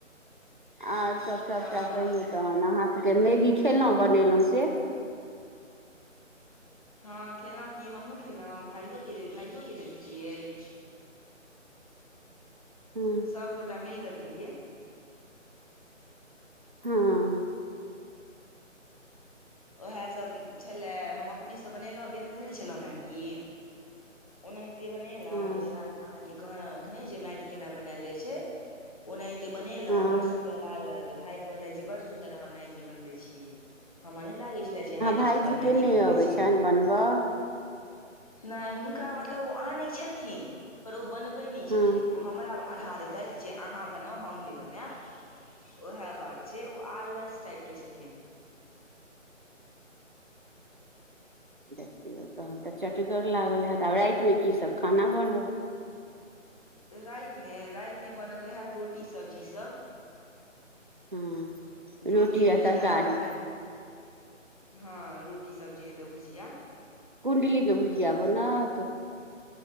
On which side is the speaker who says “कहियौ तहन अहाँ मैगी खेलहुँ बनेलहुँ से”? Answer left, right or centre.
Right